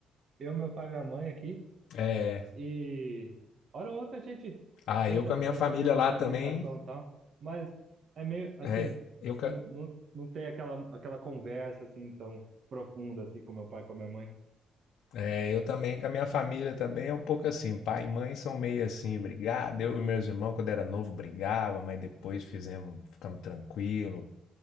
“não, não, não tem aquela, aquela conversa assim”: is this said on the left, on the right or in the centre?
Right